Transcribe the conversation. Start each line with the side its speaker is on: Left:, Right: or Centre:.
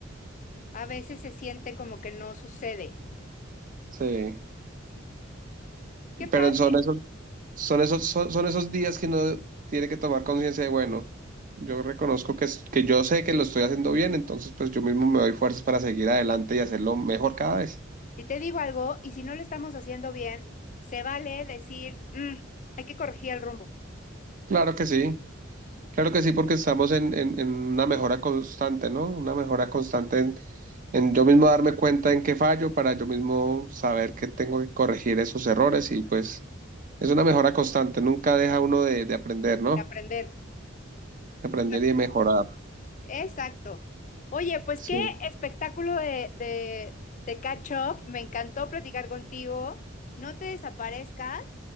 Left: A veces se siente como que no sucede.
Right: sí,
Left: ¿Qué
Right: pero
Left: pasa?
Right: son esos, son esos, son, son esos días que uno tiene que tomar conciencia de, bueno, yo reconozco que, es- que yo sé que lo estoy haciendo bien, entonces pues yo mismo me doy fuerzas para seguir adelante y hacerlo mejor cada vez.
Left: Y te digo algo, y si no lo estamos haciendo bien, se vale decir, "Mm, hay que corregir el rumbo,
Right: Claro que sí. Claro que sí, porque estamos en, en- en una mejora constante, ¿no? Una mejora constante en, en yo mismo darme cuenta en qué fallo para yo mismo saber que tengo que corregir esos errores y pues es una mejora constante, nunca deja uno de, de aprender, ¿no?
Left: aprender.
Right: De aprender
Left: Está-
Right: y de mejorar.
Left: Exacto. Oye, pues
Right: Sí.
Left: qué espectáculo de, de, de catch up. Me encantó platicar contigo. No te desaparezcas